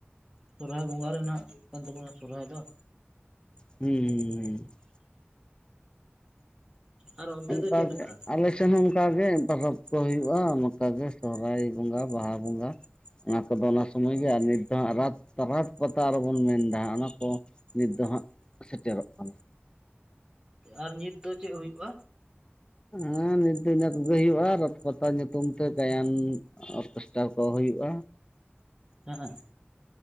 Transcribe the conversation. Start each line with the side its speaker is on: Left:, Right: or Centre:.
Right: ᱥᱚᱨᱦᱟᱭ ᱵᱚᱸᱜᱟ ᱨᱮᱱᱟᱜ ᱠᱟᱱ ᱛᱟᱵᱚᱱᱟ ᱥᱚᱨᱦᱟᱭ ᱫᱚ
Left: ᱦᱩᱸ ᱦ ᱦᱩᱸ
Right: ᱟᱨ ᱚᱱᱛᱮ
Left: ᱚᱱᱠᱟ
Right: ᱫᱚ ᱪᱮᱫ
Left: ᱜᱮ
Right: ᱞᱮᱠᱟ
Left: ᱟᱞᱮ ᱴᱮᱱ ᱦᱚᱸ ᱚᱱᱠᱟᱜᱮ ᱯᱚᱨᱚᱵᱽ ᱠᱚ ᱦᱩᱭᱩᱜᱼᱟ ᱚᱱᱠᱟ ᱜᱮ ᱥᱚᱦᱨᱟᱭ ᱵᱚᱸᱜᱟ ᱵᱟᱦᱟ ᱵᱚᱸᱜᱟ ᱚᱱᱟ ᱠᱚᱫᱚ ᱚᱱᱟ ᱥᱚᱢᱚᱭ ᱜᱮ ᱟᱨ ᱱᱤᱛ ᱫᱚ ᱦᱟᱸᱜ ᱨᱟᱛ ᱨᱟᱛ ᱯᱟᱛᱟ ᱨᱮᱵᱚᱱ ᱢᱮᱱᱫᱟ ᱚᱱᱟ ᱠᱚ ᱱᱤᱛ ᱫᱚ ᱦᱟᱸᱜ ᱥᱮᱴᱮᱨᱚᱜ ᱠᱟᱱᱟ᱾
Right: ᱟᱨ ᱱᱤᱛ ᱫᱚ ᱪᱮᱫ ᱦᱩᱭᱩᱜᱼᱟ?
Left: ᱦᱮᱸ ᱱᱤᱛ ᱫᱚ ᱤᱱᱟᱹ ᱠᱚᱜᱮ ᱦᱩᱭᱩᱜᱼᱟ ᱨᱚᱛ ᱯᱟᱛᱟ ᱧᱩᱛᱩᱢ ᱛᱮ ᱛᱟᱭᱟᱱ ᱚᱨᱠᱮᱥᱴᱟᱨ ᱠᱚ ᱦᱩᱭᱩᱜᱼᱟ᱾
Right: ᱟᱸᱦᱟᱸᱜ